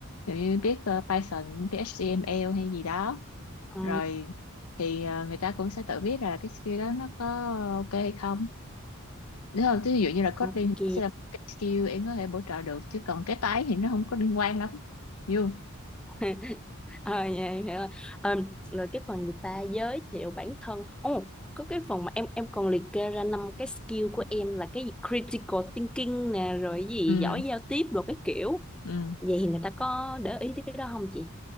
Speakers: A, on the left (about 85°); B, in the centre.
A: ví dụ như biết ờ, Python biết HTML hay gì đó
B: À,
A: rồi thì ờ, người ta cũng sẽ tự biết là cái skill đó nó có ok hay không Đúng không? Thí dụ như là coding
B: ok.
A: thì nó sẽ là một cái skill em có thể bổ trợ được chứ còn cái tái thì nó không có liên quan lắm. Hiểu không?
B: <laughs> Ờ, dạ, em hiểu rồi. Ờ, rồi cái phần người ta giới thiệu bản thân. Ồ, có cái phần mà em em còn liệt kê ra năm cái skill của em là cái gì critical thinking nè, rồi cái gì
A: Ừ,
B: giỏi giao tiếp rồi cái kiểu.
A: ừ.
B: Vậy thì người ta có để ý tới cái đó không chị?